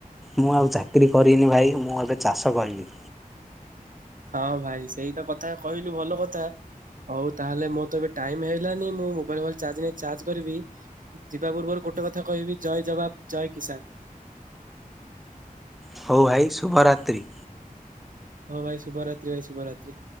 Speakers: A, in the centre; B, on the right.
A: ମୁଁ ଆଉ ଚା କିରି କରିନି ଭାଇ ମୁଁ ଏବେ ଚାଷ କରିବି।
B: ହଁ ଭାଇ ସେଇ ତ କଥା କହିଲୁ ଭଲ କଥା। ହଉ ତାହେଲେ ମୋର ତ ଏବେ ଟାଇମ୍ ହେଲାନି ମୁଁ ମୋବାଇଲ୍ ଫୋବାଇଲ ଚାର୍ଜ ନାହିଁ, ଚାର୍ଜ କରିବି। ଯିବା ପୂର୍ବରୁ କ ଗୋଟେ କଥା କହିବି ଜୟ ଜବାବ, ଜୟ କିଷାନ୍।
A: ହଉ ଭାଇ ଶୁଭରାତ୍ରି।
B: ହଁ ଭାଇ ଶୁଭରାତ୍ରି ଭାଇ, ଶୁଭରାତ୍ରି।